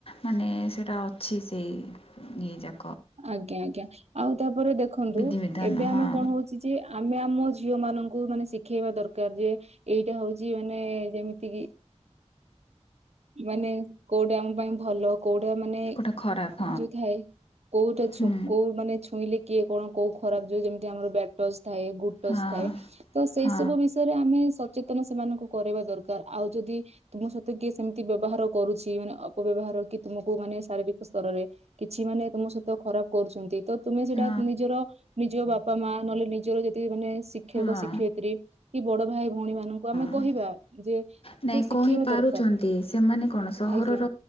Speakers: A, on the left; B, on the right.
A: ମାନେ ସେଟା ଅଛି, ସେଇ ଇଏ ଯା
B: ଆଜ୍ଞା ଆଜ୍ଞା ଆଉ ତାପରେ ଦେଖନ୍ତୁ
A: ବିଧିବିଧାନ
B: ଏବେ ଆମେ
A: ହଁ
B: କଣ ହଉ ଚି ଯେ ଆମେ ଆମ ଝିଅ ମାନଙ୍କୁ ମାନେ ଶିଖେଇବା ଦରକାର ଯେ। ଏଇଟା ହଉଛି ମାନେ ଯେମିତି କିି। ମାନେ କୋଉଟେ ଆମ ପାଇଁ ଭଲ। କୋଉଟା ମାନେ
A: କେଉଁଟା ଖରାପ
B: ଯୁ ଥାଏ କୋଉଟା
A: ହଁ
B: ଛୁ କୋଉ ମାନେ ଛୁଇଁଲେ। କିଏ କଣ କୋଉ ଖରାପ ଯ ଯେମିତି ଆମର ବ୍ୟାଡ୍ ଟଚ ଥାଏ ଗୁଡ ଟଚ
A: ହଁ
B: ଥାଏ। ତ ସେଇ
A: ହଁ
B: ସବୁ ବିଷୟରେ ଆମେ ସଚେତନ ସେମାନଙ୍କୁ କରିବା ଦରକାର ଆଉ ଯଦି ତୁମ ସହିତ କିଏ ସେମିତି ବ୍ୟବହାର କରୁଛି ମାନେ ଅପବ୍ୟବହାର କି ତୁମକୁ ମାନେ ଶାରୀରିକ ସ୍ତରରେ। କିଛି ମାନେ ତମ ସହିତ ଖରାପ କରୁଛନ୍ତି ତ। ତୁମେ ସେଟା
A: ହଁ
B: ନିଜର ନିଜ ବାପା ମା ନହେଲେ ନିଜର ଯେତିକି ମାନେ ଶିକ୍ଷକ
A: ହଁ ହଁ
B: ଶିକ୍ଷୟତ୍ରୀ। କି ବଡ ଭାଇ ଭଉଣୀ ମାନଙ୍କୁ ଆମେ
A: ହଁ
B: କହିବା ଯେ
A: ନାଇଁ
B: ତ ଶିଖେଇବା
A: କହିପାରୁଛନ୍ତି
B: ଦରକାର।
A: ସେମାନେ କଣ ସହରର
B: ଆଜ୍ଞା